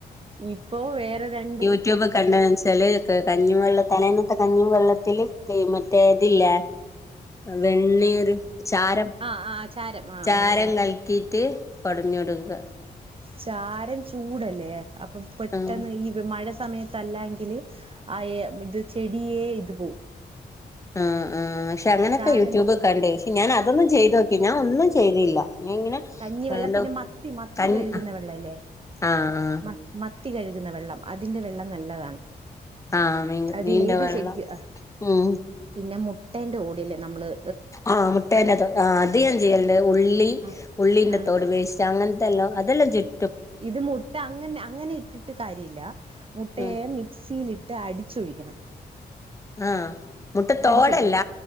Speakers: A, on the right; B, on the left.
A: ഇപ്പോ വേറെ രണ്ട്
B: യൂട്യൂബ കണ്ടന്ന് വെച്ചാല് ക കഞ്ഞി വെള്ളത്തില് തലേന്നത്തെ കഞ്ഞിവെള്ളത്തില് മറ്റേ ഇതില്ലെ വെണ്ണീര് ചാരം
A: ആഹ് ആഹ് ചാരം ആഹ്
B: ചാരം
A: ആഹ്
B: കലക്കിട്ട് പടഞ്ഞൊടുക്ക
A: ചാരം ചൂടല്ലേ അപ്പൊ പെട്ടെന്ന്
B: ആഹ്
A: ഈ പ്പം മഴ സമയത്തല്ലങ്കില് ആഹ് എ ഇത് ചെടിയേ ഇത് പോവും
B: ആഹ് ആഹ് പക്ഷെ അങ്ങനെക്കെ
A: ചാരൻ
B: യൂട്യൂബ് കണ്ടേ പക്ഷെ ഞൻ അതൊന്നും ചെയ്ത് നോക്കി ഞാൻ ഒന്നും ചെയ്തില്ല ഞാൻ ഇങ്ങനെ
A: കഞ്ഞിവെള്ളം
B: എന്തോ
A: പിന്നെ മത്തി മത്തി
B: കൻ
A: കഴുകുന്ന
B: ആഹ്
A: വെള്ളയില്ലേ
B: ആഹ്
A: മ മത്തി കഴുകുന്ന വെള്ളം അതിന്റെ വെള്ളം നല്ലതാണ്
B: ആഹ് മീ
A: അത്
B: മീന്റെ
A: ഏത്
B: വെള്ളം
A: ചെടിക്ക് ആ
B: ഉം
A: പിന്നെ മുട്ടേന്റെ ഓടില്ലേ നമ്മക്ക്
B: ആഹ് മുട്ടേന്റെ തോട് ആഹ് അത് ഞാൻ ചെയ്യലണ്ട് ഉള്ളി
A: ആ
B: ഉള്ളീന്റെ
A: ആ
B: തോട് വേസ്റ്റ് അങ്ങനത്തെല്ലാം അതെല്ലാം ചെയ്
A: ഇത് മുട്ട അങ്ങനെ അങ്ങനെ ഇട്ടിട്ട് കാര്യല്ല മുട്ടയെ
B: ഉം
A: മിക്സിയിലിട് എന്നിട്ട് അടിച്ചൊഴിക്കണം
B: ആഹ് മുട്ടത്തോടല്ല
A: അടിച്ചൊഴിക്കണം